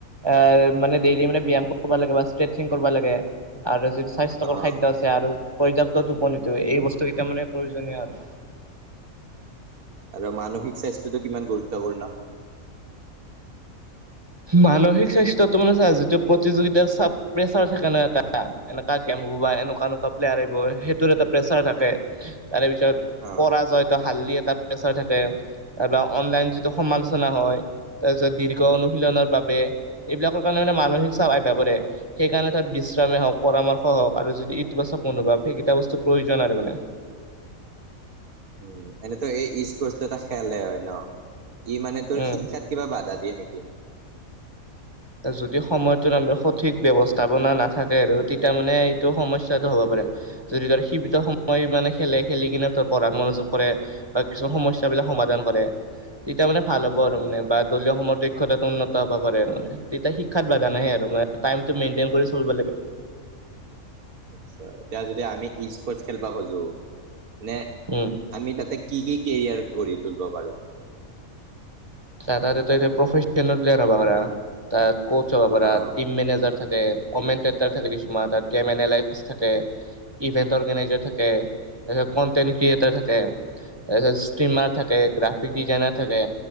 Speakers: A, on the right; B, on the right.
A: আহ মানে ডেইলি মানে ব্যায়াম কৰিব লাগে বা ষ্ট্ৰেচিং কৰিব লাগে। আৰু যিটো স্বাস্থ্যকৰ খাদ্য
B: অ',
A: আছে আৰু। পৰ্যাপ্তত টোপনীতো এই বস্তুকেইটা মানে প্ৰয়োজনীয় আৰু।
B: আৰু মানসিক স্বাস্থ্যটো কিমান গুৰুত্বপূৰ্ণ।
A: মানসিক স্বাস্থ্যয়তটো মানে চা‌ যিটো প্ৰতিযোগিতাত চাপ প্ৰেচাৰ থাকে ন এটা এনেকা জ্ঞান। মোৰ বা এনেকুৱ এনেকুৱা প্লেয়াৰ আহিব সেইটোৰ এটা প্ৰেচাৰ থাকে। তাৰে পিছত
B: অ'।
A: পৰাজয়ত হাল্দি এ। তাত থাকে তাৰ পৰা অনলাইন যিটো সমালোচনা হয় তাৰপিছত দীৰ্ঘ অনু। শিলনৰ বাবে এইবিলাকৰ কাৰণে মানসিক চাপ আহি পৰে সেইকাৰণে তাত বিশ্ৰামেই হওঁক পৰামৰ্শ। আৰু যদি ইতিবাচক মনোভাৱ সেইকেইটা বস্তু প্ৰয়োজন আৰু মানে।
B: উম এনেতো এই ইস্পৰ্ট এটা খেলেই হয় ন। ই মানে তোৰ
A: উম
B: শিক্ষাত কিবা বাধা দিয়ে নেকি।
A: যদি সময়ত আমাৰ সঠিক ব্যৱস্থাপনা নাথাকে, আৰু তেতিয়া মানে এইটো সমস্যা হ'ব পাৰে। যদি তাৰ সীমিত সময় মানে খেলে খেলি কিনে, ত পঢ়াত মনোযোগ কৰে বা কিছুমান সমস্যা। এইবিলাক সমাধান কৰে তেতিয়া মানে ভাল হ'ব আৰু
B: উম।
A: মানে বা দলীয় সমূহৰ দক্ষতাটো উন্নত হ'ব পাৰে আৰু মানে। তেতিয়া শিক্ষাত বাধা নাহে আৰু মানে টাইমটো মেইনতেইন কৰি চলিব লাগে।
B: আচ্ছা। এতিয়া যদি আমি ই স্পৰ্টচ খেলিব খোজোঁ। নে
A: উম,
B: আমি তাতে কি কি কেৰিয়াৰ ঘৰি তুলিব বাৰু।
A: চা তা এতিয়া তা এতিয়া প্ৰফেশ্যনেল যাব পাৰা। তাত কোচ হব পাৰা,
B: অ'।
A: Team manager. থাকে। কমেনতেটাৰ থাকে কিছুমান তাত, গেম এনেলাইছ থাকে, ইভেন্টৰ অৰ্গেনাইজাৰ থাকে। তাৰপিছত কণ্টেন্ট ক্ৰিয়েটাৰ থাকে, তাৰপিছত স্ত্ৰীমাৰ থাকে, গ্ৰাফিক ডিজাইনাৰ থাকে,